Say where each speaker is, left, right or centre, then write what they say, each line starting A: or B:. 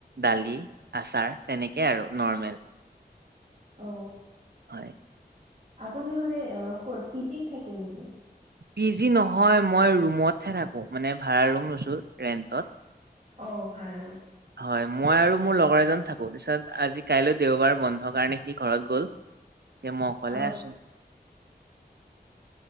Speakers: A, on the right (about 75°); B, on the right (about 40°).
A: দালি, আচাৰ তেনেকেই আৰু নৰ্মেল।
B: অ।
A: হয়
B: আপুনি হলে ক'ত পি জিত থাকে নেকি?
A: পি জি নহয় মই ৰুমতহে থাকো, মানে ভাড়া ৰুম লৈছো ৰেন্টত।
B: অ ভাৰ ৰ।
A: হয় মই আৰু মোৰ লগৰ এজন থাকোঁ তাৰপিছত আজি কাইলৈ দেওবাৰ বন্ধৰ কাৰণে সি ঘৰত গ'ল। এ মই অকলে
B: অ
A: আছো।